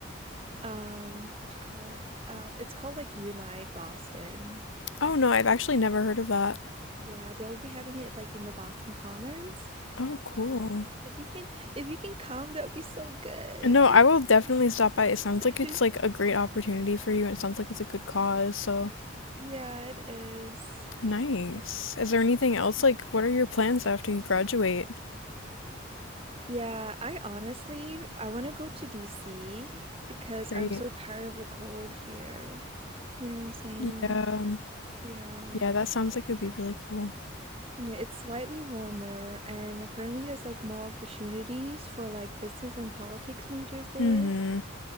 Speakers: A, on the right (about 30°); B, on the left (about 80°).
A: um what you call it? Uh, it's called like Unite Boston.
B: oh no, I've actually never heard of that.
A: Yeah, they'll be having it like in the Boston Commons.
B: Oh, cool.
A: So if you can if you can come, that would be so good.
B: No, I will definitely stop by. It sounds
A: <laughs>
B: like it's like a great opportunity for you, and it sounds like it's a good cause, so
A: Yeah, it is.
B: nice. Is there anything else? Like, what are your plans after you graduate?
A: Yeah, I honestly I want to go to DC because
B: Great.
A: I'm so tired of the cold here. You know what I'm saying?
B: Yeah. um,
A: Yeah.
B: Yeah, that sounds like it'd be really cool.
A: Yeah, it's slightly warmer and apparently there's like more opportunities for like business and politics majors there.
B: Mm-hmm.